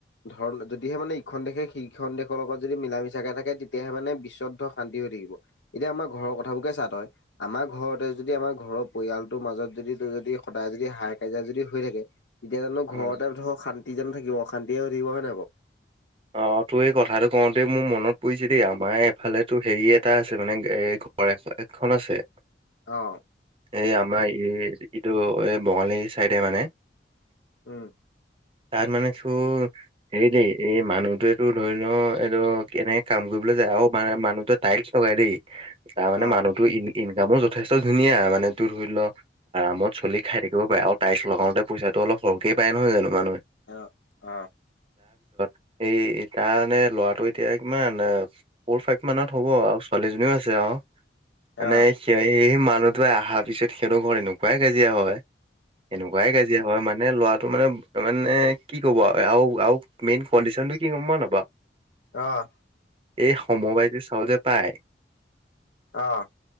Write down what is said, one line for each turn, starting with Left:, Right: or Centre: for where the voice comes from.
Left: ধৰণ যদি তেতিয়াে মানে ইখন দেশে সিখন দেশৰ লগত যদি মিলা মিছাকে থাকে তেতিয়াহে মানে বিশ্বদ্ধ শান্তি হৈ থাকিব। এতিয়া একেঘৰৰ কথাটোকে চা তই, আমাৰ ঘৰতে যদি আমাৰ ঘৰৰ পৰিয়ালটোৰ মাজত যদি তই যদি সদায় যদি হাই কাজিয়া যদি হৈ থাকে তেতিয়া জানো
Right: উম।
Left: ঘৰতে ধৰক শান তিজন থাকিব, শান্তিয়ে হৈ থাকিব হয়ে নে আকৌ?
Right: অ' তোৰ এই কথাটো কওঁতে মোৰ মনত পৰিছে দেই আমাৰ এফালে তো হেৰি এটা আছে মানে এ ঘ একখন আছে
Left: অ
Right: এই আমাৰ এই এইটো এই বঙালী চাইডে মানে
Left: উম
Right: তাৰ মানে চুৰ হেৰিলি এই মানুহটোৱেতো ধৰি ল এইদ কেনেকে কাম কৰিবলৈ যায় অ মান মানুহটে টাইলছ লগাই দেই তাৰ মানে
Left: অ
Right: মানুহটো ইনকামো যথেষ্ট ধুনীয়া মানে তোৰ ধৰি লও আৰামত চলি খাই থাকিব পাৰে আৰু টাইলচ লগাওতে পইচা অলপ সৰহক পাই নহয় জানো মানহ
Left: আহ আহ
Right: এই তাৰানে ল'ৰাটো এতিয়া ইমান ফ'ৰ ফাইভ মানত হ'ব আৰু ছোৱালীজনীও আছে আৰু মানে
Left: অ
Right: সেই সেই মানুহতোৱে অহাৰ পিছত সিহঁতৰ ঘৰত এনেকুৱাই কাজিয়া হয় এনেকুৱাই কাজিয়া হয় মানে এ ল'ৰাটো মানে মানে কি ক'ব আৰু আৰু মেইন কণ্ডিশনটো কি কম নাপা
Left: আহ
Right: এই সমবাইজি চাওঁ যে পায়
Left: আহ